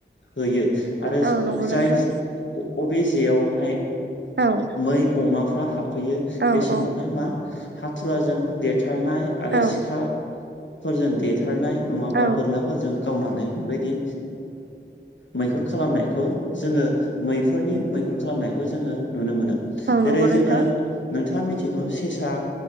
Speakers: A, on the left (about 80°); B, on the right (about 65°).
A: होयो आरो
B: औ नंगौ
A: जाय
B: नोंथां
A: बबे जेयावहाय
B: औ
A: मै अमाफ्रा हाबफैयो
B: औ
A: बे
B: औ
A: समावहाय मा हाथुराजों देरथारनाय आरो
B: औ
A: सिखाफोरजों देथारनाय नङाबा
B: औ
A: बोरला फोरजों गावनानै बेबायदि मैहुर खालामनायखौ जोङो मैहुरनि मैहुर खालामनायखौ जोङो नुनो मोनो। जेरै
B: औ नंगौ नोंथां
A: जोङो नोंथाङा मिथिगौ सेसा